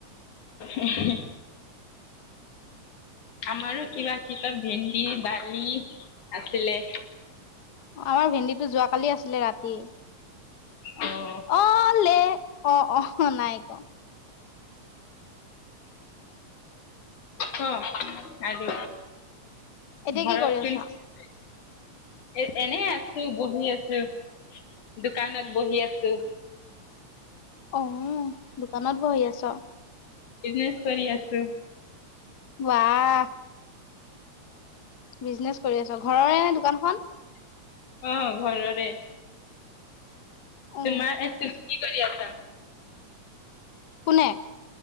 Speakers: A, on the left; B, on the left.
A: এ হে- আমাৰো কিবা কিবা ভেন্দি দালি আছিলে।
B: আমাৰ ভেন্দীটো যোৱাকালি আছিলে ৰাতি।
A: অ'।
B: অঁ লে অঁ অঁ নাই ক।
A: ক আৰু
B: এতিয়া
A: ঘৰত
B: কি কৰি
A: কোন
B: আছা?
A: - এ এনে আছোঁ বহি আছোঁ। দোকানত বহি আছোঁ।
B: অঁ দোকানত বহি আছ।
A: বিজনেছ কৰি আছোঁ।
B: ওৱা- বিজনেছ কৰি আছ ঘৰৰে নে দোকানখন।
A: অহ ঘৰৰে।
B: অ',
A: তোমাৰ এ তুমি কি কৰি আছা?
B: কোনে।